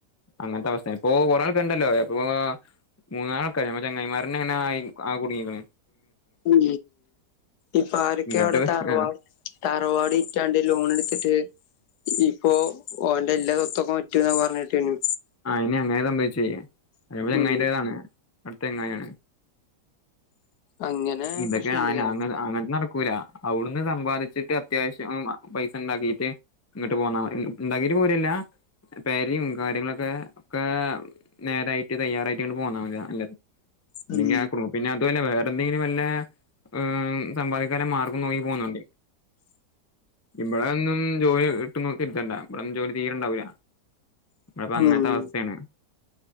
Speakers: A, on the left; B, on the left.
A: അങ്ങനത്തെ അവസ്ഥേണ് ഇപ്പൊ <unintelligible> ക്കണ്ടല്ലോ അപ്പോ മൂന്നാളൊക്കെ ഞമ്മ ചങ്ങായ്മാരങ്ങനെനായി ആകെ കുടുങ്ങിക്കുണു.
B: ഉം ഇപ്പ ആരൊക്കെ
A: ഇങ്ങട്ട്
B: അവിടെ തറവാ
A: ആഹ്
B: തറവാടി വിറ്റാണ്ട് ലോൺ എടുത്തിട്ട്. ഇപ്പോ ഓന്റെ എല്ലാ സൊത്തൊക്കെ വിറ്റുന്നാ പറഞെട്ടിനെ.
A: ആ ഇനി അങ്ങന സംഭവിച്ചെ അയമ്മെ ചെങ്ങായിന്റെണ്.
B: ഉം
A: അടുത്തങ്ങയാണ്
B: അങ്ങനെ
A: ഇതൊക്കെ
B: പ്രശ്നണ്ട്ല്ലേ
A: അങ്ങനെ അ അങ്ങന നടക്കൂല. അവിടുന്ന് സമ്പാദിച്ചിട്ട് അത്യാവശ്യം പൈസ ണ്ടാക്കിട്ട് ഇങ്ങോട്ട് പോന്നാമതി ഇണ്ടാക്കിട്ട് പോരല്ല പെര്യും കാര്യങ്ങളൊക്കെ. ക്ക ഒക്കെ നേരായിട്ട് തയ്യാറായിട്ട്ങ്ട്ട് ഇങ്ങട്ട് പോന്നാണല് നല്ലത്
B: ഉം
A: നിങ്ങ ആ ഗ്രൂപ്പിനതുവല്ല <unintelligible> വിടെ എന്തെങ്കിലും വല്ല ഉം സമ്പാദിക്കാന് മാർഗം നോക്കി പോന്നുണ്ട് ഇവ്ടെ ഒന്നും ജോലി ഇട്ട് നോക്കി ഇരുത്തണ്ട, ഇവിടെന്നും ജോലി തീരണ്ടാവൂല്ല. ഇപ്പ അങ്ങൻത്തെ
B: ഉം
A: അവസ്ഥേണ്